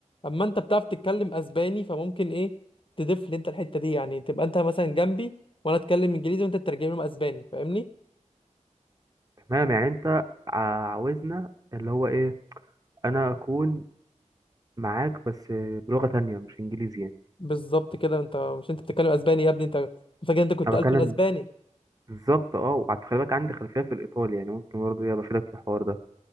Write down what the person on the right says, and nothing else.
تمام يعني انت عاوزنا اللي هو ايه انا اكون معاك بس بلغه تانية مش انجليزي يعني
انا
بكلم
بالظبط اه وخلي بالك عندي خلفيه في الايطالي يعني ممكن برضه ايه بفيدك في الحوار ده